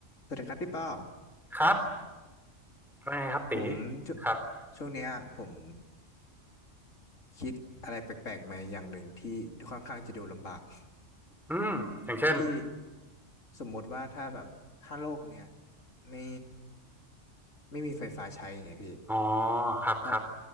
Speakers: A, on the left; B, in the centre.
A: สวัสดีครับพี่ป้อ
B: ครับว่าไงครับตี
A: ผมช
B: ครับ
A: ช่วงเนี้ยผมคิดอะไรแปลกๆมาอย่างหนึ่งที่ค่อนข้างจะดูลำบาก
B: อืมอย่างเช่น
A: พี่สมมติว่าถ้าแบบถ้าโลกเนี่ยไม่ไม่มีไฟฟ้าใช้อย่างเงี้ยพี่
B: อ๋อครับครับ
A: ถ้า